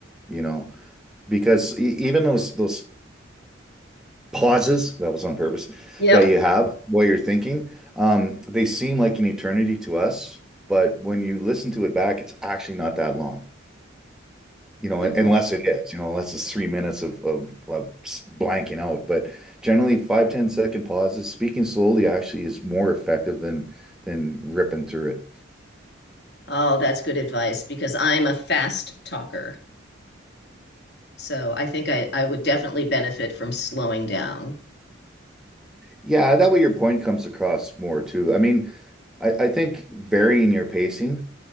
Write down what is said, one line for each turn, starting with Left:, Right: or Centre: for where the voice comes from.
Centre: You know, because e- even those those pauses, that was on purpose,
Left: Yep,
Centre: that you have while you're thinking, um, they seem like an eternity to us, but when you listen to it back, it's actually not that long, you know,
Left: good
Centre: unless
Left: point.
Centre: it is, you know, unless it's three minutes of, of, of blanking out. But generally, five ten second pauses, speaking slowly actually is more effective than than ripping through it.
Left: Oh, that's good advice because I'm a fast talker. So I think I, I would definitely benefit from slowing down.
Centre: Yeah, that way your point comes across more too. I mean, I, I think varying your pacing